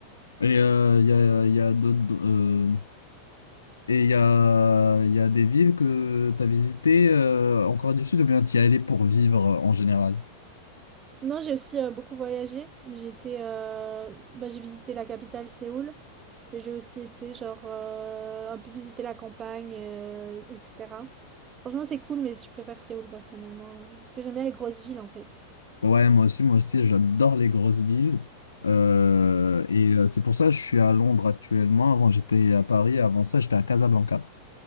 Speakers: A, on the left; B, on the right.
A: Et euh, il y a, il y a d'autres, euh, et il y a, il y a des villes que t'as visitées, euh, en Corée du Sud, ou bien t'y es allé pour vivre euh, en général?
B: Non, j'ai aussi euh, beaucoup voyagé. J'étais, euh, bah, j'ai visité la capitale, Séoul. Mais j'ai aussi été, genre, euh, un peu visiter la campagne, euh, etc. Franchement, c'est cool, mais je préfère Séoul personnellement. hein, Parce que j'aime bien les grosses villes, en fait.
A: Ouais, moi aussi, moi aussi, j'adore les grosses villes. Euh, et euh, c'est pour ça que je suis à Londres actuellement. Avant, j'étais à Paris. Avant ça, j'étais à Casablanca.